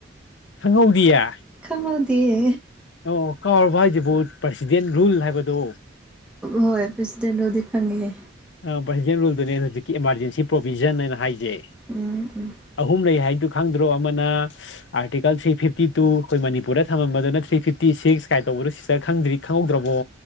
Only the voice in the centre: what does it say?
ꯈꯪꯉꯍꯧꯗꯤꯌꯦ
ꯍꯣꯏ ꯄꯤꯁꯗꯦꯟꯣꯗꯤ ꯈꯪꯉꯤꯍꯦ
ꯎꯝ ꯎꯝ